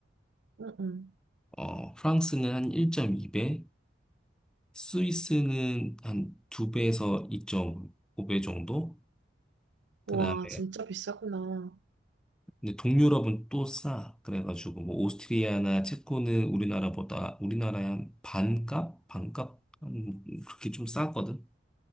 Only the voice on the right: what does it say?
응, 응.
와,
진짜 비싸구나.